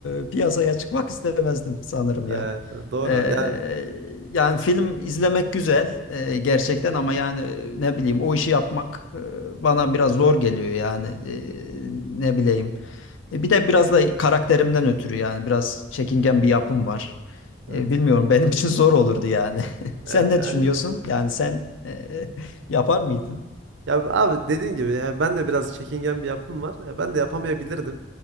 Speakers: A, on the left; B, on the right.
A: e, piyasaya çıkmak istemezdim sanırım
B: Evet,
A: ya.
B: doğru
A: E,
B: yani
A: yani film izlemek güzel e, gerçekten ama yani e, ne bileyim o işi yapmak e, bana biraz zor geliyor yani E, ne bileyim. E, bir de biraz da karakterimden ötürü yani biraz çekingen bir yapım var.
B: evet
A: E, bilmiyorum benim için zor olurdu yani. <laughs> Sen
B: evet
A: ne
B: yani
A: düşünüyorsun? Yani sen e, <laughs> yapar mıydın?
B: Ya abi dediğin gibi yani ben de biraz çekingen bir yapım var. Ya ben de yapamayabilirdim.